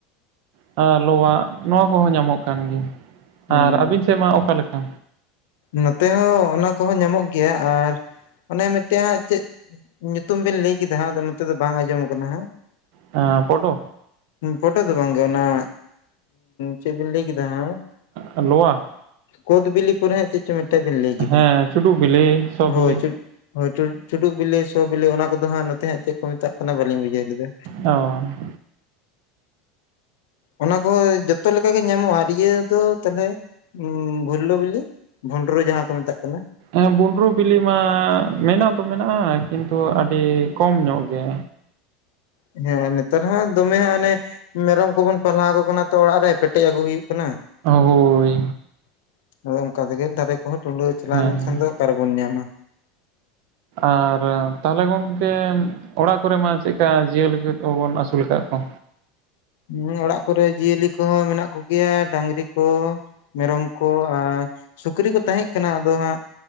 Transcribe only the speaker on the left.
ᱦᱮᱸ
ᱱᱚᱛᱮ ᱦᱚᱸ ᱚᱱᱟ ᱠᱚᱦᱚᱸ ᱧᱟᱢᱚᱜ ᱜᱮᱭᱟ ᱟᱨ ᱚᱱᱮ ᱢᱤᱫᱴᱮᱜ ᱦᱟᱸᱜ ᱪᱮᱫ? ᱧᱩᱛᱩᱢ ᱵᱤᱱ ᱞᱟᱹᱭ ᱠᱮᱫᱟ ᱦᱟᱸᱜ ᱟᱫᱚ ᱱᱚᱛᱮ ᱫᱚ ᱵᱟᱝ ᱟᱸᱡᱚᱢᱟ ᱠᱟᱱᱟ ᱦᱟᱸᱜ
ᱯᱚᱰᱚ ᱫᱚ ᱵᱟᱝ ᱜᱮ ᱚᱱᱟ ᱪᱮᱜ ᱵᱤᱱ ᱞᱟᱹᱭ ᱠᱮᱫᱟ ᱦᱟᱸᱜ?
ᱠᱚᱫ ᱵᱤᱞᱤ ᱯᱚᱨᱮ ᱦᱟᱸᱜ ᱪᱮᱜ ᱪᱚᱝ ᱢᱤᱫᱴᱮᱜ ᱵᱤᱱ ᱞᱟᱹᱭ ᱠᱮᱫᱟ
ᱦᱳᱭ ᱪᱩ <unintelligible> ᱦᱳᱭ ᱪᱩᱰᱩᱜ ᱵᱤᱞᱤ ᱥᱚ ᱵᱮᱞᱤ ᱚᱱᱟ ᱠᱚᱫᱚ ᱦᱟᱸᱜ ᱱᱚᱛᱮ ᱦᱟᱸᱜ ᱪᱮᱜ ᱠᱚ ᱢᱮᱛᱟᱜ ᱠᱟᱱᱟ ᱵᱟᱹᱞᱤᱧ ᱵᱩᱡᱷᱟᱹᱣ ᱞᱮᱫᱟ᱾
ᱚᱱᱟ ᱠᱚ ᱡᱚᱛᱚ ᱞᱮᱠᱟ ᱜᱮ ᱧᱟᱢᱚᱜᱼᱟ ᱤᱭᱟᱹ ᱫᱚ ᱛᱟᱦᱞᱮ, <inaudible> ᱵᱷᱩᱞᱞᱩ ᱵᱤᱞᱤ ᱵᱷᱩᱸᱰᱨᱩ ᱡᱟᱦᱟᱸ ᱠᱚ ᱢᱮᱛᱟᱜ ᱠᱟᱱᱟ ᱾
ᱦᱮᱸ ᱱᱮᱛᱟᱨ ᱦᱟᱸᱜ ᱫᱚᱢᱮ ᱦᱟᱸᱜ ᱚᱱᱮ ᱢᱮᱨᱚᱢ ᱠᱚᱵᱚᱱ ᱯᱟᱞᱦᱟ ᱟᱠᱚ ᱠᱟᱱᱟ ᱛᱚ ᱚᱲᱟᱜ ᱨᱮ ᱯᱮᱴᱮᱜ ᱟᱹᱜᱩ ᱦᱩᱭᱩᱜ ᱠᱟᱱᱟ᱾
<unintelligible> ᱟᱫᱚ ᱚᱱᱠᱟ ᱛᱮᱜᱮ ᱫᱟᱨᱮ ᱠᱚᱦᱚᱸ ᱴᱩᱞᱟᱹ ᱪᱟᱞᱟᱣ
ᱞᱮᱱᱠᱷᱟᱱ ᱫᱚ, <unintelligible> ᱵᱚᱱ ᱧᱟᱢᱟ᱾
ᱦᱮᱸ ᱚᱲᱟᱜ ᱠᱚᱨᱮ ᱡᱤᱭᱟᱹᱞᱤ ᱠᱚᱦᱚᱸ ᱢᱮᱱᱟᱜ ᱠᱚᱜᱮᱭᱟ ᱰᱟᱝᱨᱤ ᱠᱚ, ᱢᱮᱨᱚᱢ ᱠᱚ ᱟᱻ ᱥᱩᱠᱨᱤ ᱠᱚ ᱛᱟᱦᱮᱸᱜ ᱠᱟᱱᱟ ᱟᱫᱚ ᱦᱟᱸᱜ